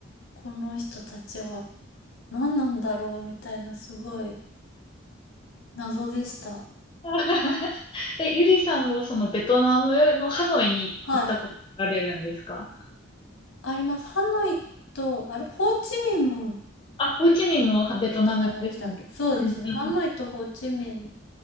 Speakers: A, on the left; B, on the left.
A: この人たちは何なんだろうみたいなすごい謎でした。
B: <laughs> え、ゆりさんもそのベトナムのハノイに行ったことあれるんですか
A: はい。あります。ハノイと、あれ、ホーチミンも
B: あ、ホーチミンもベトナムですね。
A: ベトナムでしたっけそうですね。
B: うんうんうん。
A: ハノイとホーチミン